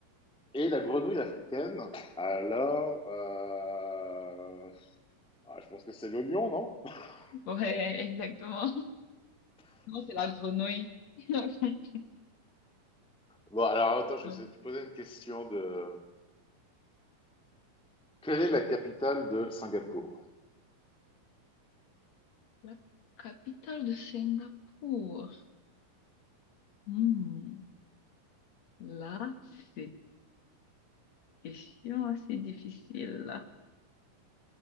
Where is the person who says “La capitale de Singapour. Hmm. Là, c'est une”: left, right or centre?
Left